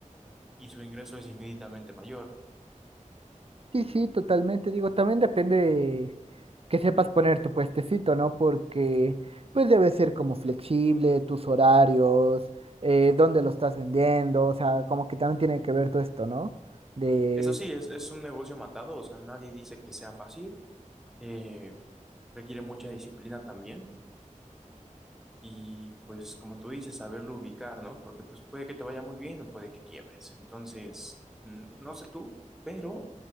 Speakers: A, in the centre; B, on the right.
A: y su ingreso es infinitamente mayor.
B: Sí, sí, totalmente. Digo, también depende de que sepas poner tu puestecito, ¿no? Porque pues debe ser como flexible, tus horarios, eh, dónde lo estás vendiendo, o sea, como que también tiene que ver todo esto, ¿no? De...
A: Eso sí, es, es un negocio matado, o sea, nadie dice que sea fácil, eh, requiere mucha disciplina también y pues como tú dices, saberlo ubicar, ¿no? Porque pues puede que te vaya muy bien o puede que quiebres. Entonces, mm, no sé tú, pero